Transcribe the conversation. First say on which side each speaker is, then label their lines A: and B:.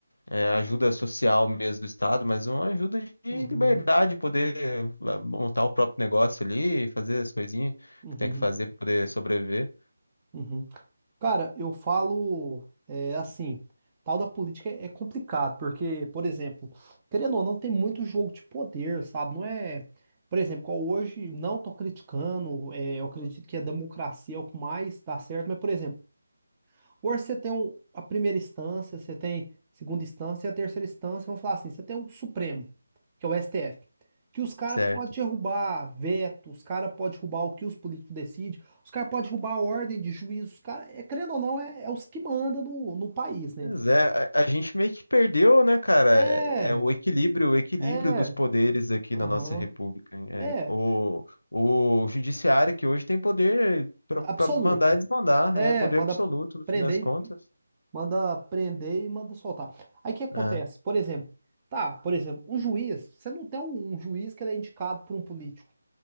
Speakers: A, on the left; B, on the right.
A: é, ajuda social mesmo do Estado, mas uma ajuda de
B: Uhum.
A: liberdade, poder lá, montar o próprio negócio ali, fazer as coisinhas
B: Uhum.
A: que tem que fazer
B: Uhum.
A: para poder sobreviver.
B: Uhum. Cara, eu falo é, assim, tal da política é é complicado, porque, por exemplo, querendo ou não, tem muito jogo de poder, sabe? Não é, por exemplo, qual hoje não tô criticando, é, eu acredito que a democracia é o que mais dá certo, mas, por exemplo, Hoje você tem um- a primeira instância, você tem segunda instância e a terceira instância, vamos falar assim, você tem o Supremo, que é o STF, que os caras
A: Certo.
B: podem derrubar veto, os caras podem derrubar o que os políticos decidem, os caras podem derrubar a ordem de juízo, os caras, é, querendo ou não, é, é os que mandam no, no país, né?
A: Pois é, a, a gente meio que perdeu, né, cara?
B: É,
A: É, é o equilíbrio, o equilíbrio
B: é,
A: dos poderes aqui
B: aham,
A: na nossa república. hein? É,
B: é,
A: o, o judiciário que hoje tem poder
B: absoluto.
A: para mandar e desmandar,
B: É,
A: é poder
B: manda
A: absoluto no
B: prender
A: fim das contas.
B: manda prender e manda soltar. Aí o que acontece?
A: É,
B: Por exemplo, tá, por exemplo, o juiz, você não tem um, um juiz que ele é indicado por um político.